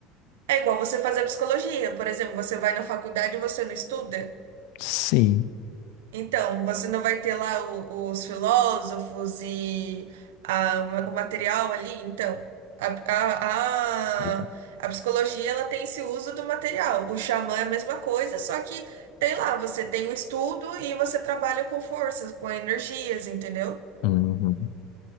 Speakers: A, on the right (about 80°); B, on the left (about 75°).
A: é igual você fazer psicologia, por exemplo, você vai na faculdade e você não estuda.
B: Sim.
A: Então, você não vai ter lá o- os filósofos e a- o material ali? Então, a, a,
B: Deixa eu-
A: a, a psicologia ela tem esse uso do material. O xamã é a mesma coisa, só que tem lá, você tem o estudo e você trabalha com forças, com energias, entendeu?
B: Uhum.